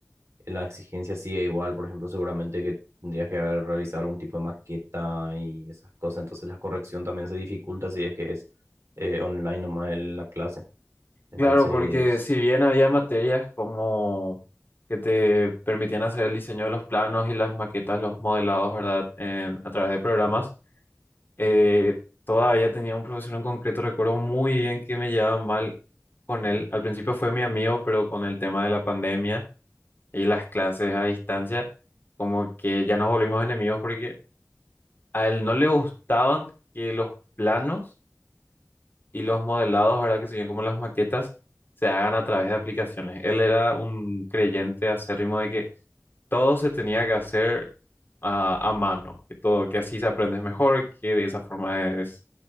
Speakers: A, on the right; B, on the left.
A: la exigencia sigue igual. Por ejemplo, seguramente que tendrías que haber realizado algún tipo de maqueta y esas cosas. Entonces, la corrección también se dificulta si es que es eh, online nomás el- la clase. Entonces,
B: Claro, porque si bien había materias como que te permitían hacer el diseño de los planos y las maquetas, los modelados, ¿verdad? En- a través de programas. eh, todavía tenía un profesor en concreto, recuerdo muy bien que me llevaba mal con él. Al principio fue mi amigo, pero con el tema de la pandemia y las clases a distancia, como que ya nos volvimos enemigos porque a él no le gustaban que los planos y los modelados, ¿verdad? Que se serían como las maquetas, se hagan a través de aplicaciones. Él era un creyente acérrimo de que todo se tenía que hacer a, a mano, que todo, que así se aprende mejor, que de esa forma es